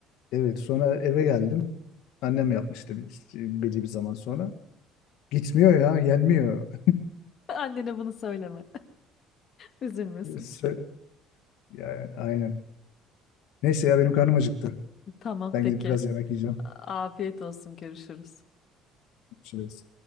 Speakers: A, on the left; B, on the left.
A: Evet sonra eve geldim. Annem yapmıştı bir- belli bir zaman sonra. Gitmiyor ya yenmiyor.
B: <laughs> Annene bunu söyleme. <laughs> Üzülmesin.
A: <laughs> Sö- Yani, aynen. Neyse ya benim karnım acıktı.
B: Tamam
A: Ben
B: peki.
A: gidip biraz yemek yiyeceğim.
B: Afiyet olsun. Görüşürüz.
A: Görüşürüz.